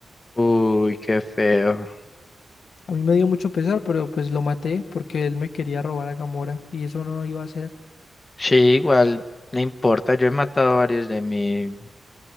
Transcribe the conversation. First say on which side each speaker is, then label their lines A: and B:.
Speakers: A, on the left; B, on the left.
A: Uy, qué feo.
B: A mí me dio mucho pesar, pero pues lo maté porque él me quería robar a Gamora y eso no iba a ser.
A: Sí, igual, no importa, yo he matado varios de mí.